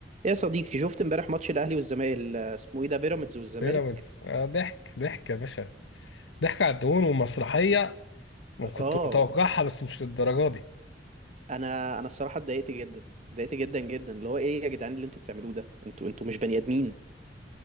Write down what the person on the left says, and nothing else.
بيراميدز آه، ضحك ضحك يا باشا ضحك على الدهون ومسرحية ما كنت
متوقعها بس مش للدرجة دي